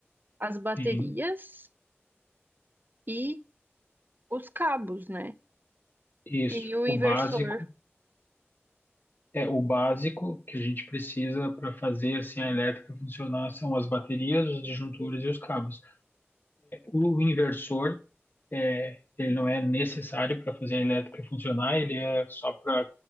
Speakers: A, on the right; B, on the left.
A: As baterias
B: Sim,
A: e os cabos, né?
B: isso.
A: E o
B: O básico
A: inversor.
B: é o básico que a gente precisa para fazer assim a elétrica funcionar são as baterias, os disjuntores e os cabos. O inversor, é, ele não é necessário para fazer a elétrica funcionar, ele é só para a